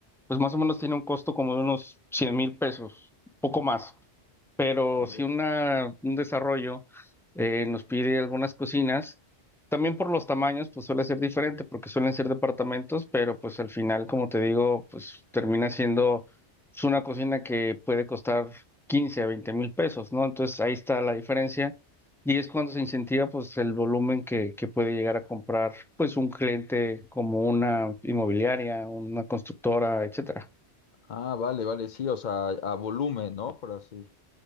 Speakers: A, in the centre; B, on the left.
A: pues más o menos tiene un costo como de unos cien mil pesos, poco más pero
B: que-
A: si una, un desarrollo eh, nos pide algunas cocinas, también por los tamaños, pues suele ser diferente, porque suelen ser departamentos, pero pues al final, como te digo, pues termina siendo pues, una cocina que puede costar 15 a 20 mil pesos, ¿no? Entonces ahí está la diferencia. Y es cuando se incentiva pues el volumen que, que puede llegar a comprar pues un cliente como una inmobiliaria, una constructora, etcétera.
B: Ah, vale, vale, sí, o sea, a volumen, ¿no? Por así